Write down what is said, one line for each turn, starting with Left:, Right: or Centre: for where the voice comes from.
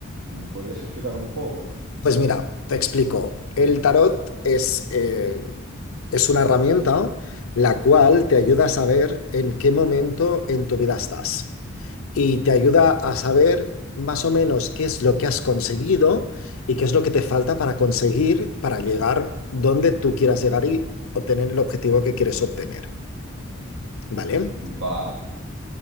Right: ¿Me podrías explicar un poco?
Left: Pues mira, te explico. El tarot es, eh, es una herramienta la cual te ayuda a saber en qué momento en tu vida estás y te ayuda a saber más o menos qué es lo que has conseguido y qué es lo que te falta para conseguir, para llegar donde tú quieras llegar y obtener el objetivo que quieres obtener. ¿Vale?
Right: Vale.